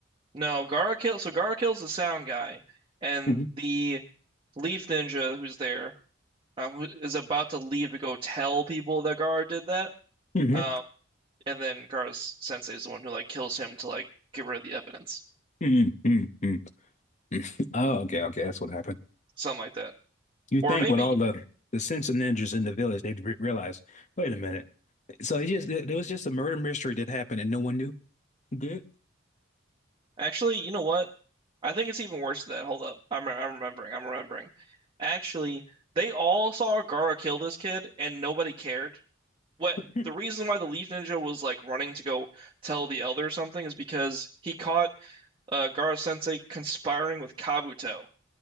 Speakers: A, on the right; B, on the left.
A: No, Gaara kills. So Gaara kills the Sound guy, and
B: hmm
A: the Leaf Ninja who's there, um, who is about to leave to go tell people that Gaara did that.
B: hmm
A: Um, and then Gaara's sensei is the one who like kills him to like get rid of the evidence,
B: hmm hmm <laughs> Oh, okay, okay. That's what happened.
A: something like that.
B: You think
A: Or maybe
B: with all the the sense of ninjas in the village, they'd re realize, wait a minute. So it just there was just a murder mystery that happened and no one knew. Good.
A: actually, you know what? I think it's even worse than that. Hold up, I'm I'm remembering. I'm remembering. Actually, they all saw Gaara kill this kid, and nobody cared. What
B: <laughs>
A: the reason why the Leaf Ninja was like running to go tell the Elder or something is because he caught uh, Gaara Sensei conspiring with Kabuto